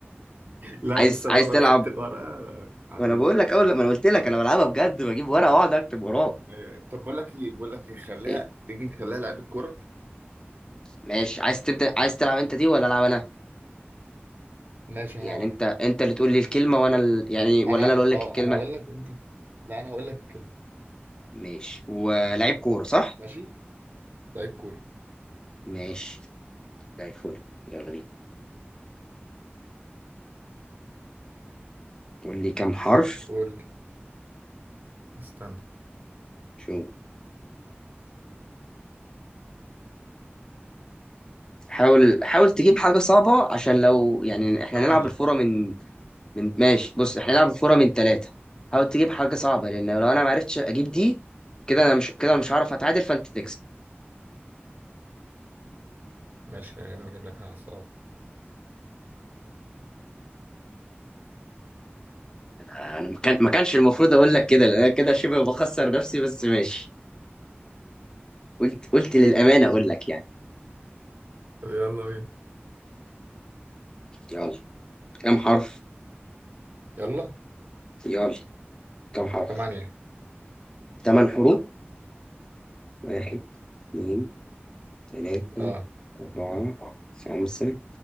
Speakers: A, on the right (about 50°); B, on the left (about 20°).
A: لا
B: عايز
A: بص لو
B: عايز
A: ما
B: تلعب
A: مسكت الورقة عديت
B: ما انا بقول لك اول لما انا قلت لك انا بلعبها بجد بجيب ورقه واقعد اكتب وراه
A: أيوة، أيوة. طب بقول لك ايه بقول لك ايه خليها
B: إيه؟
A: تيجي نخليها لعبة كورة
B: ماشي عايز تبدا عايز تلعب انت دي ولا العب انا
A: ماشي
B: يعني
A: هلعب انا
B: انت انت اللي تقول لي الكلمه وانا ال... يعني ولا
A: انا
B: انا اللي اقول لك
A: اه
B: الكلمه
A: انا هقول لك انت لا انا هقول لك الكلمة
B: ماشي ولعيب كوره صح
A: ماشي لعيب كورة
B: ماشي زي الفل يلا بينا قول لي كام حرف
A: قول لي. استنى
B: شو حاول حاول تجيب حاجه صعبه عشان لو يعني احنا
A: ثمانية
B: نلعب الفوره من من ماشي بص احنا نلعب الفوره من ثلاثه حاول تجيب حاجه صعبه لان
A: اه
B: لو انا ما عرفتش اجيب دي كده انا مش كده انا مش هعرف اتعادل فانت تكسب
A: ماشي يا اما اجيب لك حاجة صعبة
B: انا ما كان ما كانش المفروض اقول لك كده لان انا كده شبه بخسر نفسي بس ماشي قلت قلت للامانه اقول لك يعني
A: طب يلا بينا
B: يلا كم حرف
A: يلا
B: يلا كم حرف
A: ثمانية
B: ثمان حروف واحد اثنين ثلاثة
A: اه
B: أربعة خمسة